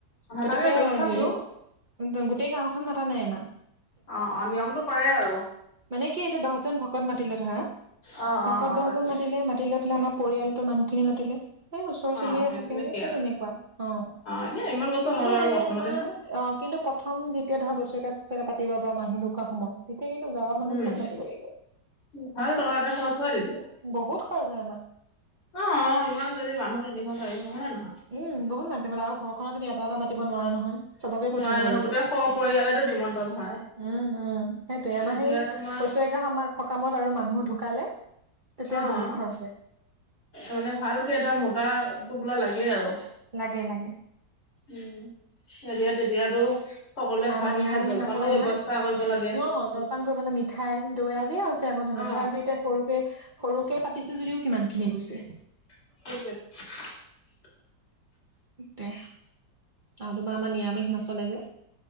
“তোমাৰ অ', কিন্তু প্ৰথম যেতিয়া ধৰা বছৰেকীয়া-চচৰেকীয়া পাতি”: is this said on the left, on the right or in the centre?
Right